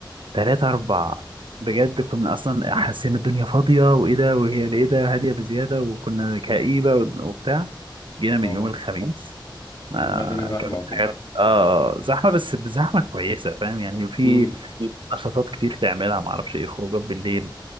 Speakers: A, on the right (about 80°); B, on the left (about 50°).
A: تلات اربع بجد كنا اصلا حاسين الدنيا فاضية وايه ده وهي ايه ده هادية بزيادة وكنا كئيبة وبتاع جينا من
B: اه
A: يوم الخميس ما
B: تبقى الدنيا زحمه
A: كان في
B: وكده
A: حاجات اه زحمه بس بزحمه كويسه فاهم يعني في
B: امم
A: نشاطات كتير تعملها ما اعرفش ايه خروجات بالليل